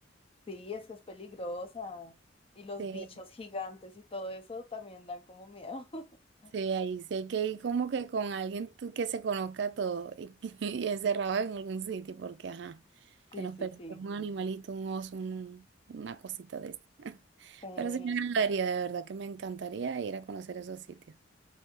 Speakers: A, on the left (about 30°); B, on the right (about 65°).
A: Sí, es que es peligrosa. Y los
B: Sí,
A: bichos gigantes y todo eso también dan como miedo. <laughs>
B: sí, ahí sí hay que ir como que con alguien tú- que se conozca todo y, <laughs> y encerrado en algún sitio, porque ajá, que
A: Sí,
B: nos
A: sí,
B: persiga
A: sí.
B: un animalito, un oso, un- una cosita de eso. <laughs>
A: Sí.
B: Pero sí me encantaría, de verdad que me encantaría ir a conocer esos sitios.